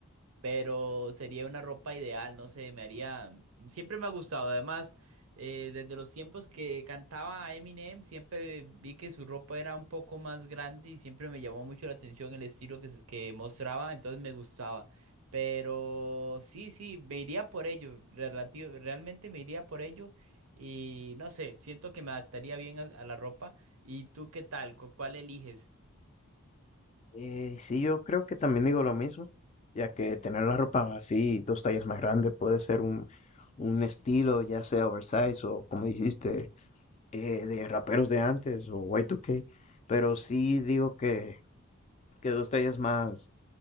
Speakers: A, on the right (about 75°); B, on the left (about 30°).
A: pero sería una ropa ideal, no sé, me haría, siempre me ha gustado, además, eh, desde los tiempos que cantaba Eminem, siempre vi que su ropa era un poco más grande y siempre me llamó mucho la atención el estilo que, se- que mostraba, entonces me gustaba, pero sí, sí, me iría por ello, relativo, realmente me iría por ello y no sé, siento que me adaptaría bien a, a la ropa y tú qué tal, ¿Cu- cuál eliges?
B: Eh, sí, yo creo que también digo lo mismo, ya que tener la ropa así, dos tallas más grande, puede ser un, un estilo, ya sea oversize o como dijiste, eh, de raperos de antes o Y2K, pero sí digo que, que dos tallas más